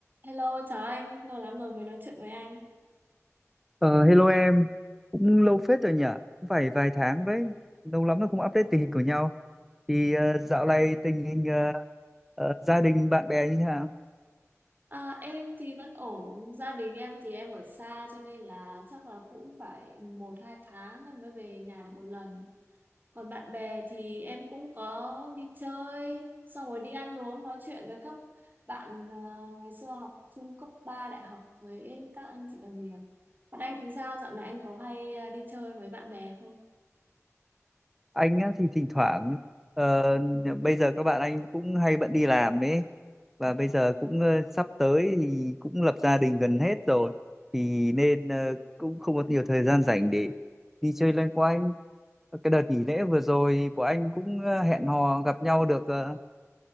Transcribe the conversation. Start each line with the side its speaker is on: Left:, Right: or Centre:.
Right: Hello, chào anh, lâu lắm rồi mới nói chuyện với anh.
Centre: Ờ, hello em, cũng lâu phết rồi nhỉ, cũng phải vài tháng đấy, lâu lắm rồi không update tình hình của nhau. Thì ờ, dạo này tình hình ờ, ờ, gia đình, bạn bè như thế nào?
Right: À, em thì vẫn ổn, gia đình em thì em ở xa cho nên là chắc là cũng phải một hai tháng em mới về nhà được một lần. Còn bạn bè thì em cũng có đi chơi, xong rồi đi ăn uống nói chuyện với các bạn à, ngày xưa học chung cấp 3 đại học với các anh chị đồng nghiệp. Còn anh thì sao, dạo này anh có hay à, đi chơi với bạn bè không?
Centre: Anh á, thì thỉnh thoảng, ờ, bây giờ các bạn anh cũng hay bận đi làm đấy, và bây giờ cũng ờ, sắp tới thì cũng lập gia đình gần hết rồi, thì nên ờ, cũng không có nhiều thời gian rảnh để đi chơi loanh quanh. Cái đợt nghỉ lễ vừa rồi của anh cũng ờ, hẹn hò gặp nhau được ờ,